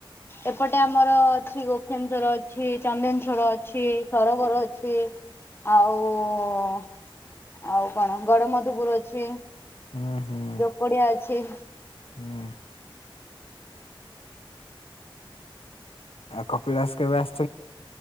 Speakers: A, on the left; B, on the left.
A: ଏପଟେ ଆମର ଅଛି ଗୋଖେନସ୍ୱରଅଛି ଚନ୍ଦନେଶ୍ଵର ଅଛି ସରୋବର ଅଛି। ଆଉ ଆଉ କଣ ଗଡ ମଧୁପୁର ଅଛି।
B: ହୁଁ ହୁଁ
A: ଯୋକଡିଆ ଅଛି
B: ହୁଁ। ଆଉ କପିଳାସ କେବେ ଆସ